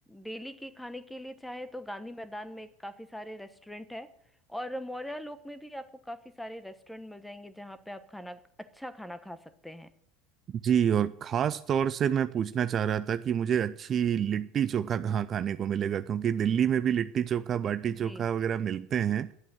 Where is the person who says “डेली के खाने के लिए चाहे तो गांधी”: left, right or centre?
Centre